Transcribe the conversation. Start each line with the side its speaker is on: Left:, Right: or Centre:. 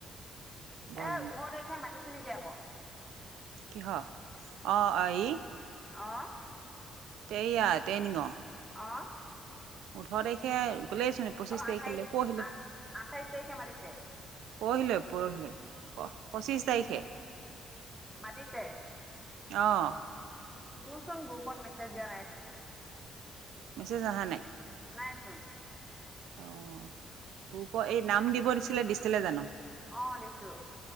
Right: বৰ
Centre: এই ওঠৰ তাৰিখে মাতিছে নিকি আকৌ
Right: কিহৰ অঁ এই,
Centre: অঁ
Right: তেয়িয়া তেইনিঙৰ,
Centre: অ
Right: ওঠৰ তাৰিখে গ'লেই চোন। পঁচিশ
Centre: অ',
Right: তাৰিখলৈ
Centre: আঠাইশ
Right: পৰহিলৈ
Centre: আঠ আঠাইশ তাৰিখে মাতিছে,
Right: পৰহিলৈ পৰহিলৈ প পঁচিছ তাৰিখে।
Centre: মাতিছে
Right: অ
Centre: মোৰ চোন গ্ৰুপত মেছেজ দিয়া নাইচোন।
Right: মেচেজ আহা নাই।
Centre: নাই চোন
Right: অ গ্ৰূপ এই নাম দিব দিছিলে দিছিলে জানো।
Centre: অ দিছো।